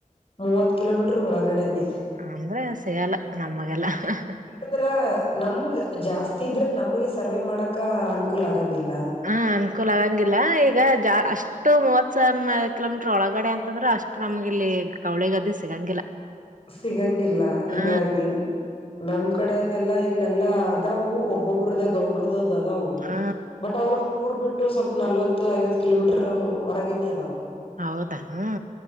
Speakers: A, on the left (about 45°); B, on the right (about 70°).
A: ಮೂವತ್ ಕಿಲೋಮೀಟರ್ ಒಳಗಡೆನೆ
B: ಅಂದ್ರೆ ಸಿಗಲ್ಲ ನಮಗೆಲ್ಲ ಹ್ ಹ್ ಹಾ
A: ಯಾಕಂದ್ರ ನಮ್ ಜಾಸ್ತಿ ಇದ್ರೆ ನಮಗ ಸರ್ವೆ ಮಾಡಕ ಅನುಕೂಲ ಆಗಂಗಿಲ್ಲ
B: ಹಾ ಅನುಕೂಲ ಆಗಂಗಿಲ್ಲ ಈಗ ಜಾ ಅಷ್ಟೇ ಅಷ್ಟು ಮೂವತ್ ಸಾವಿರ ಕಿಲೋಮೀಟರ್ ಒಳಗಡೆ ಅಂತಂದ್ರೆ ಅಷ್ಟು ನಮ್ಗೆ ಇಲ್ಲಿ ಕೌಳಿ ಗದ್ದೆ ಸಿಗಂಗಿಲ್ಲ
A: ಸಿಗಂಗಿಲ್ಲ ಹಿಂಗಾಗಿನ್
B: ಹ
A: ನಮ್ ಕಡೆದೆಲ್ಲಾ ಇಲ್ಲೆಲ್ಲಾ ಅದಾವು ಒಬ್ಬೊಬ್ರದೆ ಗೌಡ್ರದ ಹೋಗ
B: ಹ
A: ಬಟ್ ಅವ್ರ. ಊರ್ ಬಿಟ್ಟು ಸ್ವಲ್ಪ ನಲ್ವತ್ತು ಐವತ್ತು ಕಿಲೋಮೀಟರ್ ಹೊರಗನಿ ಅದವು.
B: ಹೌದಾ ಹ್ಮ